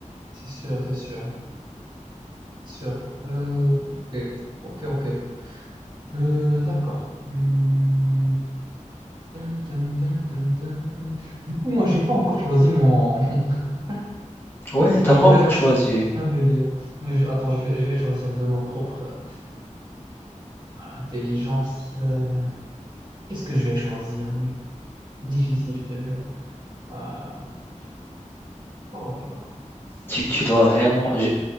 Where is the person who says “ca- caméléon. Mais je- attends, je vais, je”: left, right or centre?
Right